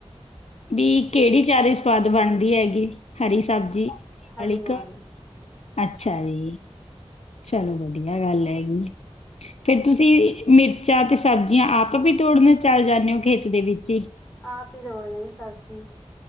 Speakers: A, on the left; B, on the left.
A: ਵੀ ਕਿਹੜੀ ਜਿਆਦਾ- ਸਵਾਦ ਬਣਦੀ ਹੈਗੀ ਹਰੀ ਸਬਜ਼ੀ <unintelligible>
B: ਹਰੀਆਂ ਵਾਲੀ
A: ਅੱਛਾ ਜੀ। ਚਲੋ ਵਧੀਆ ਗੱਲ ਹੈਗੀ। ਫੇਰ ਤੁਸੀਂ ਮਿਰਚਾਂ ਤੇ ਸਬਜ਼ੀਆਂ ਆਪ ਵੀ ਤੋੜਨ ਚੱਲ ਜਾਂਦੇ ਹੋ ਖੇਤ ਦੇ ਵਿੱਚ ਹੀ?
B: ਆਪ ਹੀ ਤੋੜਦੇ ਜੀ ਸਬਜ਼ੀ